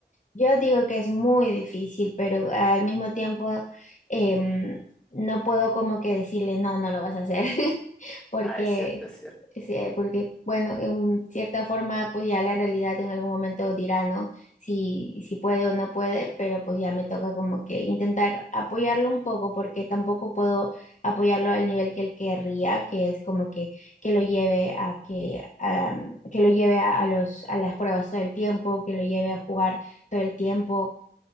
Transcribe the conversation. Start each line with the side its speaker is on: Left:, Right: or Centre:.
Left: Yo digo que es muy difícil, pero al mismo tiempo em, no puedo como que decirle, no, no lo vas a hacer. <laughs> porque,
Centre: Ah, es cierto, es cierto.
Left: sí, eh, porque bueno, en cierta forma, pues ya la realidad en algún momento dirá, ¿no? Si, si puede o no puede, pero pues ya me toca como que intentar apoyarlo un poco, porque tampoco puedo apoyarlo al nivel que él querría, que es como que, que lo lleve a que, a, que lo lleve a, a los, a las pruebas todo el tiempo, que lo lleve a jugar todo el tiempo